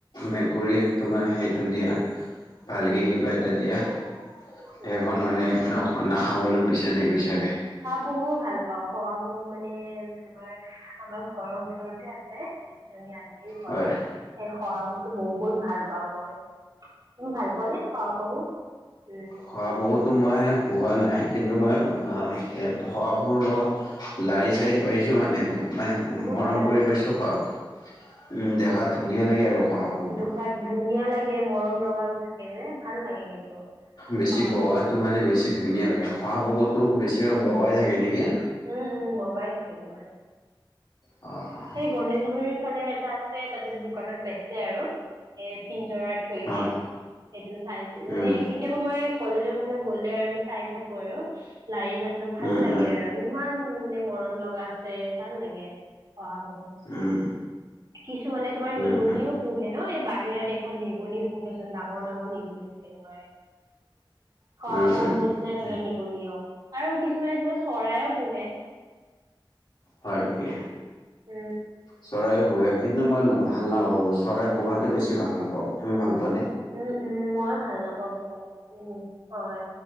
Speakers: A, on the left; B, on the right.
A: মেকুৰী তোমাৰ সেইটো দিয়া ভালকে
B: উম,
A: কিবা এটা দিয়া সেইখন
B: উম, হয়।
A: মানে ন নাখাবলৈ বিচ নিবিচাৰে।
B: পহু ভাল পাওঁ, শহা পহু মানে তোমাৰ, আমাৰ ঘৰৰ ওচৰতে আছে এজনী আন্টিৰ ঘৰত।
A: হয়
B: সেই শহা পহুটো বহুত ভাল পাওঁ মই। তুমি ভাল পোৱা নে শহা পহু? উম,
A: শহা পহুটো মই পোহা নাই। কিন্তু মই
B: অ',
A: শহা পহুটো লগত লাৰি চাৰি পাইছোঁ মানে। মানে
B: বহুত
A: মৰম
B: ভাল
A: কৰি
B: থাকে।
A: পাইছো শহা পহু। উম দেখাত ধুনীয়া লাগে আৰু শহা পহুটো
B: দুখাত ধুনীয়া লাগে, মৰম লগা থাকে যে। ভাল লাগে কিন্তু শহা
A: বেছি বগাটো
B: পহু।
A: মানে বেছি ধুনীয়া লাগে। শহা পহুটো বেছিভাগ বগাই থাকে নেকি।
B: উম, উম বগাই থাকে তোমাৰ।
A: অঁ,
B: সেই গণেশগুৰিৰ ফালে এটা আছে তাতে দোকানত বেচে আৰু এ পিঞ্জৰাত। থৈ দিয়ে
A: অ
B: সেইটো চাইজ মানে
A: উম
B: কেতিয়াবা মই কলেজৰ ফালে গ'লে আৰু চাই থাকো আৰু লাৰি থাকোতো ভাল
A: উম
B: লাগে
A: উম
B: আৰু। ইমান মানে মৰম লগা আছে ভাল লাগে শাহা পহু।
A: উম।
B: কিছু মানে তোমাৰ নিগনিও
A: উম উম
B: পোহে ন' এই বাহিৰা দেশত নিগনি পোহে চোন ডাঙৰ-ডাঙৰ নিগনি থাকে তোমাৰ। <unintelligible> শহাপহুৰ
A: উম উম
B: নিচিনাই থাকে নিগনিয় আৰু কিছুমানে তোমাৰ চৰাইও পোহে।
A: হয় নেকি?
B: উম
A: চৰাইও পোহে। কিন্তু মই ভাল
B: উম
A: নাপাওঁ, চৰাই পোহাটো বেছি ভাল নাপাওঁ। তুমি ভাল পোৱাানে?
B: উম', উম'। মইয়ো ভাল নাপাওঁ সিমান উম, হয়।